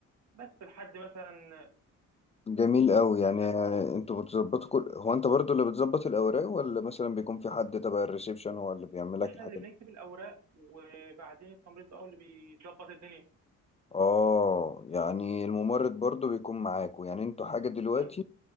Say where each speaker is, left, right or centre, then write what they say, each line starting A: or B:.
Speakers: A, on the right (about 65°); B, on the left (about 20°).
A: بس لحد مثلا
B: جميل قوي يعني
A: لحد
B: آه، انتوا بتظبطوا كل هو انت برضو اللي بتظبط الاوراق ولا مثلا بيكون في حد تبع الريسبشن هو اللي بيعمل لك
A: إحنا
B: الحاجات
A: اللي بنكتب
B: دي
A: الأوراق وبعدين التمريض بقى هو اللي بيظبط الدنيا
B: اه يعني الممرض برضو بيكون معاكوا يعني انتوا حاجة دلوقتي
A: أيوة،